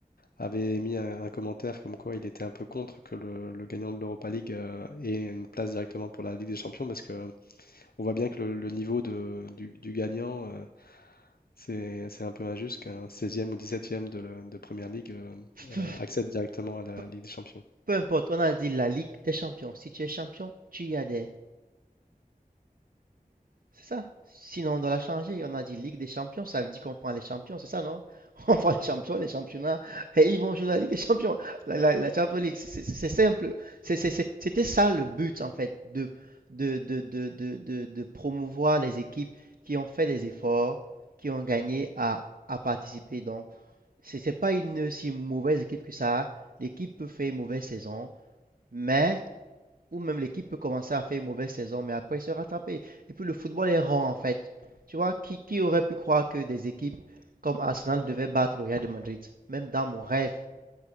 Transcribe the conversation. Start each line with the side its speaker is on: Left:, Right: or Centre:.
Left: avait mis un, un commentaire comme quoi il était un peu contre que le, le gagnant de l'Europa League euh, ait une place directement pour la Ligue des Champions parce que on voit bien que le, le niveau de, du, du gagnant, euh, c'est, c'est un peu injuste qu'un seizième ou dix-septième de, le- de Première Ligue euh,
Right: Peu,
Left: euh, accède directement à la
Right: peu-
Left: Ligue des Champions.
Right: peu importe, on a dit la Ligue des Champions. Si tu es champion, tu y adhères. C'est ça. Sinon, on doit la changer. On a dit Ligue des Champions, ça veut dire qu'on prend les champions, c'est ça, non? <laughs> On prend les champions, les championnats, et ils vont jouer la Ligue des Champions, la, la, la Champions League. C'est c'est- c'est simple. C'est- c'est- c'est- C'était ça le but, en fait, de, de, de, de, de, de, de promouvoir les équipes qui ont fait des efforts, qui ont gagné à, à participer. Donc, c'est c'est pas une si mauvaise équipe que ça. L'équipe peut faire une mauvaise saison, mais, ou même l'équipe peut commencer à faire une mauvaise saison, mais après se rattraper. Et puis le football est rond en fait. Tu vois, qui, qui aurait pu croire que des équipes comme Arsenal devaient battre le Real de Madrid? Même dans mon rêve,